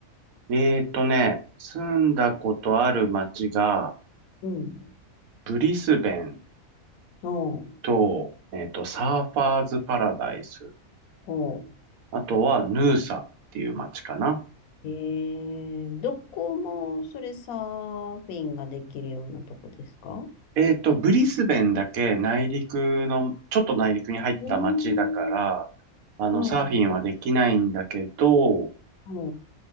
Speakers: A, on the right; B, on the left.
A: えっとね、住んだことある街が、
B: うん。
A: ブリスベン
B: ほう。
A: と、えっと、サーファーズパラダイス。
B: ほう。
A: あとは、ヌーサっていう街かな。
B: えー、どこもそれサーフィンができるようなとこですかう
A: えっと、ブリスベンだけ内陸の、ちょっと内陸に入った町だから、
B: ーん。
A: あの、
B: あ、はは
A: サーフィンはできないんだけど、
B: は